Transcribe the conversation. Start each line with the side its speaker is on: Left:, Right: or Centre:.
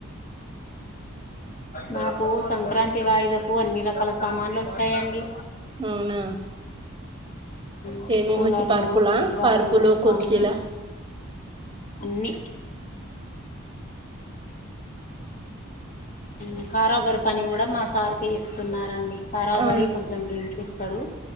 Left: మాకు సంక్రాంతి వాయిదకు అన్నీ రకాల సమాన్లు వచ్చాయండి
Right: అవునా
Left: ఉ
Right: ఏమేమి
Left: కూలర్లూ,
Right: వచ్చి పరుపులా
Left: బీర్వాలూ,
Right: పరుపులు
Left: సామాన్లు
Right: కుర్చీలా
Left: అన్నీ ఉ కారోబరి పని కూడ మా సార్కే చెప్ తున్నారండి కారబరి
Right: ఆ
Left: కొంచెం డ్రింక్ ఇస్ తడూ